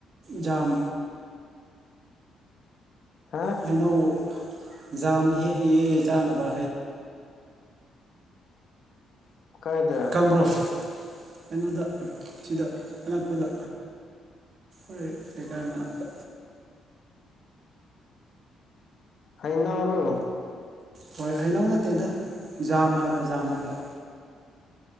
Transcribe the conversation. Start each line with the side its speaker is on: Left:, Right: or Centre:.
Right: ꯖꯥꯝ
Left: ꯍꯥ
Right: ꯍꯩꯅꯧ ꯖꯥꯝ ꯍꯦꯛꯢꯍꯦ ꯆꯥꯅꯕ
Left: ꯀꯥꯏꯗ
Right: ꯈꯪꯕ꯭ꯔꯣ ꯀꯩꯅꯣꯗ ꯁꯤꯗ ꯑꯅꯛꯄꯗ ꯑꯩꯈꯣꯏꯀ ꯑꯃꯇ
Left: ꯍꯩꯅꯧꯔꯣ
Right: ꯍꯣꯏ ꯍꯩꯅꯧ ꯅꯠꯇꯦꯗ ꯖꯥꯝ ꯍꯥꯏꯕ ꯖꯥꯝ ꯍꯥꯏꯕ